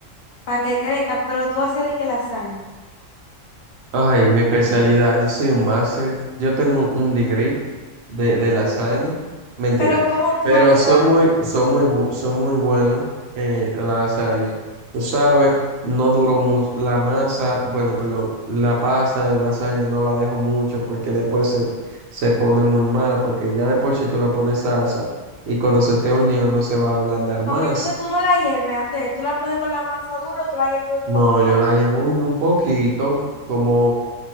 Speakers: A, on the left; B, on the right.
A: para que crezca, pero tú haces de que lasaña.
B: Ay, mi especialidad, yo soy un máster, yo tengo un, un degree de, de lasaña, mentira,
A: Pero ¿cómo tú
B: pero
A: haces
B: soy
A: la...?
B: muy, soy muy, bu- soy muy bueno en la lasaña. Tú sabes, no duró mucho, la masa, bueno, perdón, la pasta de lasaña no la dejo mucho porque después se, se pone muy mala, porque ya de por sí tú le pones salsa y cuando se esté horneando se va a ablandar más.
A: Ok, entonces tú no la hierves antes, de- tú la pones con la masa dura, o tú la hierves
B: No,
A: poco,
B: yo
A: poco,
B: la hiervo un, un poquito, como